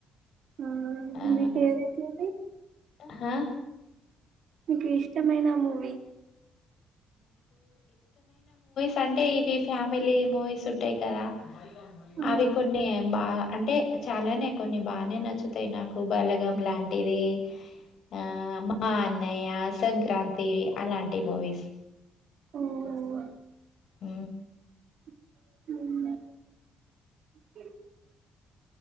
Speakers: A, on the right; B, on the left.
A: ఆ
B: ఆ
A: మీకు ఏవతుంది
B: హా
A: మీకు ఇష్టమైన మూవీ
B: సండే ఇవి ఫ్యామిలీ ఏమో ంటాయి కదా
A: ఆ
B: అవి కొన్ని బాగా అంటే చాలానే కొన్ని బాగానే నచ్చుతాయి నాకు బలగం లాంటిది ఆ మా అన్నయ్య సంక్రాంతి అలాంటి మూవీస్
A: ఓఓ
B: హ
A: అ